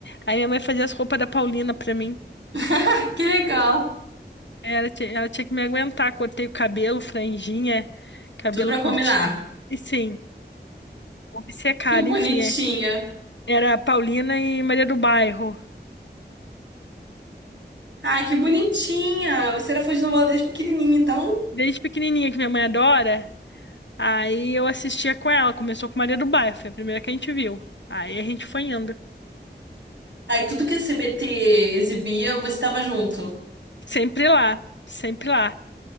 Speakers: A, on the left; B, on the right.
A: Aí minha mãe fazia as roupas da Paulina pra mim.
B: Ah, Que legal.
A: Ela, ti- ela tinha que me aguentar. Cortei o cabelo, franjinha, cabelo
B: Tudo pra
A: curtinho.
B: combinar.
A: E sim, obcecada,
B: Que bonitinha.
A: enfim, é. Era a Paulina e Maria do Bairro.
B: Ai, que bonitinha! Você era fã de novela desde pequenininha, então.
A: Desde pequenininha, que minha mãe adora, aí eu assistia com ela. Começou com Maria do Bairro, foi a primeira que a gente viu. Aí a gente foi indo.
B: Aí tudo que a CBT exibia, você tava junto. <laughs>
A: Sempre lá, sempre lá.